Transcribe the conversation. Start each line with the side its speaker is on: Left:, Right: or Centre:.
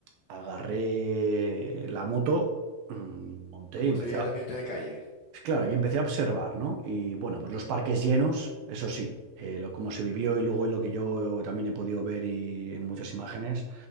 Right: Agarré la moto, mm, monté
Left: cómo
Right: y empecé
Left: se veía
Right: a
Left: el ambiente de calle,
Right: Claro, yo empecé a observar, ¿no? Y bueno, pues los parques llenos, eso sí, eh, lo como se vivió y luego y lo que yo también he podido ver y en muchas imágenes